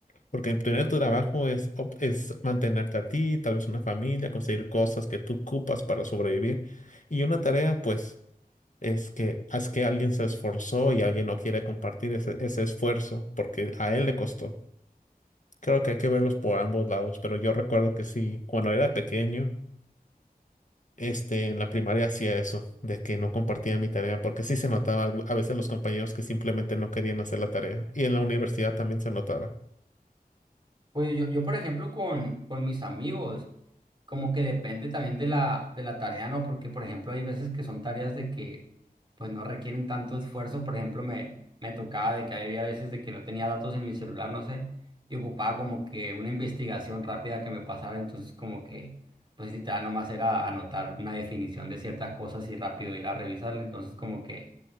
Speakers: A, on the left; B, on the right.
A: Porque obtener tu trabajo es, ob- es mantenerte a ti, tal vez una familia, conseguir cosas que tú ocupas para sobrevivir. Y una tarea, pues, es que, es que alguien se esforzó y alguien no quiere compartir ese, ese esfuerzo porque a él le costó. Creo que hay que verlos por ambos lados, pero yo recuerdo que sí, cuando era pequeño. Este, en la primaria hacía eso, de que no compartía mi tarea, porque sí se notaba algu- a veces los compañeros que simplemente no querían hacer la tarea. Y en la universidad también se notaba.
B: Pues yo, yo, por ejemplo, con, con mis amigos, como que depende también de la, de la tarea, ¿no? Porque, por ejemplo, hay veces que son tareas de que, pues, no requieren tanto esfuerzo. Por ejemplo, me, me tocaba de que había veces de que no tenía datos en mi celular, no sé, y ocupaba como que una investigación rápida que me pasara. Entonces, como que, pues, literal, nomás era anotar una definición de ciertas cosas y rápido ir a revisarla. Entonces, como que